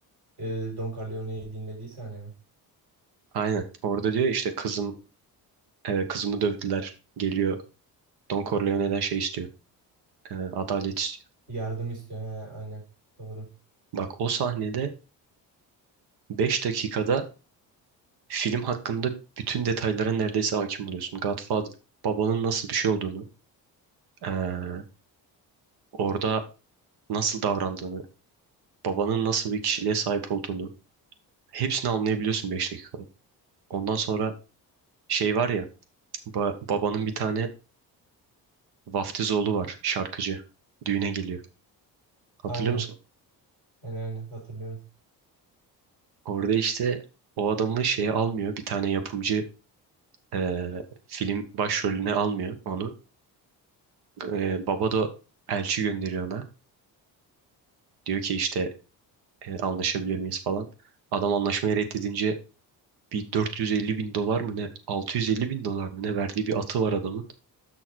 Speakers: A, on the right; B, on the right.
A: e, e, Don Corleone'yi dinlediği sahne mi?
B: Aynen. Orada diyor işte kızım e, kızımı dövdüler. Geliyor Don Corleone'den şey istiyor. E, adalet istiyor.
A: Yardım istiyor. He, aynen. Doğru.
B: Bak o sahnede 5 dakikada film hakkında bütün detaylara neredeyse hakim oluyorsun. Godfather babanın nasıl bir şey olduğunu, e, orada nasıl davrandığını, babanın nasıl bir kişiliğe sahip olduğunu hepsini anlayabiliyorsun beş dakikada. Ondan sonra şey var ya ba- babanın bir tane vaftiz oğlu var şarkıcı. Düğüne geliyor. Hatırlıyor
A: Aynen.
B: musun?
A: Aynen aynen hatırlıyorum.
B: Orada işte o adamı şeye almıyor. Bir tane yapımcı e, film başrolüne almıyor onu. E, baba da elçi gönderiyor ona. Diyor ki işte e, anlaşabilir miyiz falan. Adam anlaşmayı reddedince bir 450 bin dolar mı ne 650 bin dolar mı ne verdiği bir atı var adamın.